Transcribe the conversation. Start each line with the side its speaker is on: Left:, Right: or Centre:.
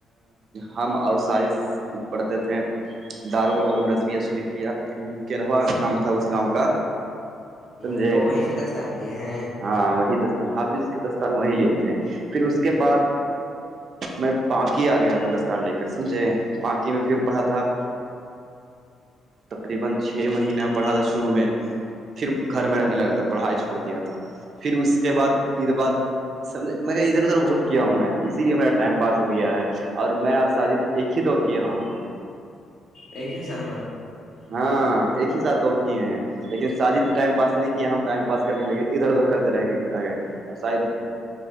Right: ہم اور سائز پڑھتے تھے دارالعلوم رضویہ شریفیہ کےلوہ نام تھا اس گاؤں کا
Left: ہ
Right: سمجھے
Left: تو وہیں پہ دستار لیے ہیں
Right: ہاں وہی د حافظ کے دستار وہ لیے تھے پھر اس کے بعد میں پانکی آ گیا تھا دستار لے کر سمجھے پانکی میں پھر پڑھا تھا تقریبا چھ مہینہ پڑھا تھا شروع میں پھر گھر میں رہنے لگا تھا پڑھائی چھوڑ دیا تھا پھر اس کے بعد اید بعد سمج میں ادھر ادھر بہت کیا ہوں میں اسی لیے میرا ٹائم پاس ہو گیا ہے اور میں اور ساجد ایک ہی طور کیا ہوں
Left: ایک ہی سال
Right: ہاں ایک ہی ساتھ دوڑ کیے ہیں لیکن شادیدد ٹائم پاس نہیں کیا ہم ٹائم پاس کرنے لگے ادھر ادھر کرتے رہ رہ گئے اور شاید